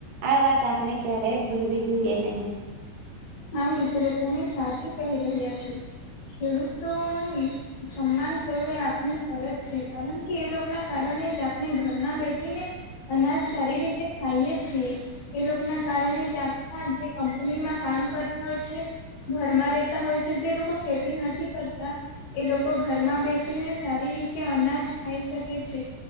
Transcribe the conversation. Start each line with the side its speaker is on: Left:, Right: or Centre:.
Right: આ વાત આપણે ક્યારેય ભૂલવી જોઈએ નહી.
Left: હા મિત્ર તમે સાચું કહી રહ્યા છો. ખેડૂતોનું હિત સન્માન કરવું એ આપનું ફરજ છે. કારણ કે, એ લોકના કારણે જ આપને ઘરમાં બેઠીને અનાજ સારી રીતે ખાઈએ છીએ. એ લોક ના કારણે જ આખા જે કંપનીમાં કામ કરતા હોય છે ઘરમાં રહેતા હોય છે, જે લોકો ખેતી નથી કરતા એ લોકો ઘરમાં બેસીને કે સારી રીતે અનાજ ખાઈ શકે છે.